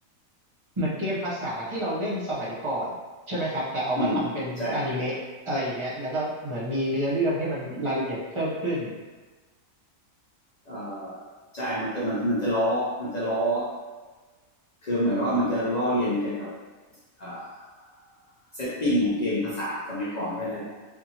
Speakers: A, on the right (about 35°); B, on the left (about 65°).
A: เหมือนเกมภาษาที่เราเล่นสมัยก่อนใช่ไหมครับแต่เอามาทำเป็นอนิเมะอะไรอย่างเงี้ยแล้วก็เหมือนมีเนื้อเรื่องให้มันรายละเอียดเพิ่มขึ้น
B: อืมใช่เอ่อใช่มันจะมันมันจะล้อมันจะล้อคือเหมือนว่ามันจะล้อเลียนเกี่ยวกับอ่าเซตติ้งของเกมภาษาสมัยก่อนด้วยนั่นแหละ